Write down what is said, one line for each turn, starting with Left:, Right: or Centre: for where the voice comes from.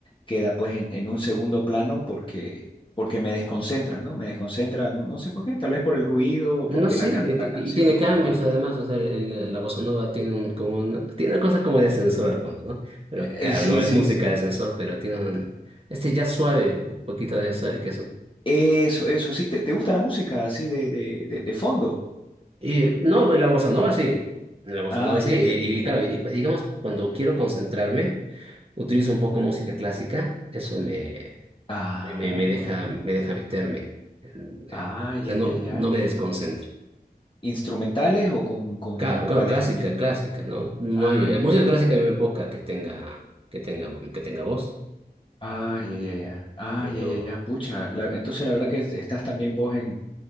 Left: queda pues en, en un segundo plano porque, porque me desconcentra, ¿no? Me desconcentra, no, no sé por qué, tal vez por el ruido o
Right: No,
Left: porque
Right: sí,
Left: la canto
Right: eh, ti-
Left: la canción
Right: y tiene
Left: o
Right: cambios
Left: algo.
Right: además, o sea, el- la bossa nova tiene un, como una, tiene una cosa como de ascensor al fondo, ¿no? Pero
Left: Eh,
Right: claro,
Left: sí,
Right: no
Left: sí,
Right: es música
Left: sí.
Right: de ascensor, pero tiene un- este jazz suave, un poquito de jazz suave que eso.
Left: Eso, eso, sí. ¿Te, te gusta la música así de, de, de, de fondo?
Right: Y no, la bossa nova sí, la bossa
Left: Ah,
Right: nova sí,
Left: ya,
Right: y,
Left: ya, ya.
Right: y claro, y, y digamos, cuando quiero concentrarme, utilizo un poco música clásica, eso me,
Left: Ah,
Right: me, me me deja,
Left: bueno.
Right: me deja meterme, en- eh,
Left: Ah, ya,
Right: o sea, no,
Left: ya, ya.
Right: no me desconcentra.
Left: ¿Instrumentales o con, con
Right: Claro,
Left: vocales
Right: claro, clásica,
Left: también?
Right: clásica, ¿no? No
Left: Ay,
Right: hay, eh, música
Left: ay,
Right: clásica hay muy poca que tenga, que tenga, que tenga voz.
Left: ay, ay, ay, ay, ay,
Right: Pero,
Left: ay, ay, ay, pucha. la- entonces la verdad que es- estás también vos en,